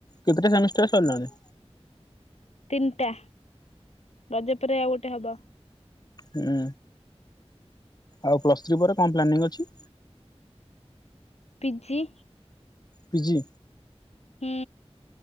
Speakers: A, on the left; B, on the left.
A: କେତେଟା ସେମିଷ୍ଟାର ସରିଲାଣି।
B: ତିନିଟା ରଜ ପରେ ଆଉ ଗୋଟେ ହବ।
A: ହୁଁ ଆଉ ପ୍ଲସ୍ ଥ୍ରୀ ପରେ କଣ ପ୍ଲାନିଂ ଅଛି।
B: ପି୍ଜି
A: ପିଜି
B: ହୁଁ